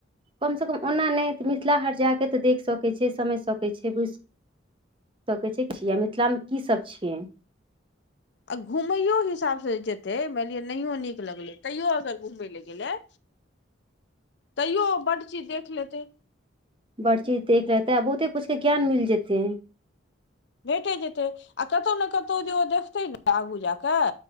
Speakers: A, on the right; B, on the left.
A: कम सँ कम ओना नय तऽ मिथिला हाट जा कऽ तऽ देख सकै छै समझि सकै छै बुझि सकै छै किया मिथिला मे की सब छै
B: आ घूमैयो हिसाब से जेतै मानि लिए नहियो नीक लगलै तैयो अगर घुमय लए गेलै
A: <inaudible>
B: तैयो ओ बड चीज देख लेतै
A: बड़ चीज देख लेतै आ बहुते कुछ के ज्ञान मिल जेतै
B: भेटे जेतै आ कतौ ने कतौ जे ओ देखतै ने आगू जा कऽ